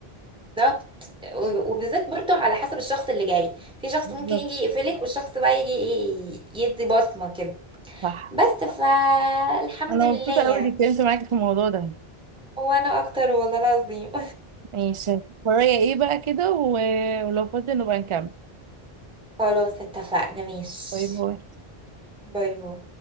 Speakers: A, in the centre; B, on the right.
A: بالظبط و- وبالذات برضو على حسب الشخص اللي جاي في شخص
B: بالظبط
A: ممكن يجي يقفلك والشخص بقى يجي ي- يدي بصمة كده
B: صح
A: بس فالحمد
B: انا
A: لله
B: مبسوطة قوي
A: يعني
B: اني اتكلمت معاكي في الموضوع ده
A: وانا اكتر والله العظيم
B: ماشي ورايا ايه بقى كده و- ولو فاضي نبقى نكمل
A: <laughs> خلاص اتفقنا ماشي
B: باي باي
A: باي باي